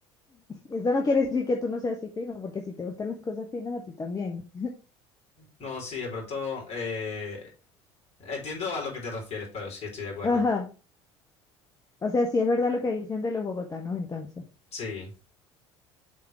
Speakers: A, on the left (about 25°); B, on the left (about 45°).
A: Eso no quiere decir que tú no seas cifrino, porque si te gustan las cosas finas, a ti también.
B: No, sí, de pronto eh, entiendo a lo que te refieres, pero sí estoy de acuerdo.
A: Ajá. O sea, sí es verdad lo que dicen de los bogotanos entonces.
B: Sí.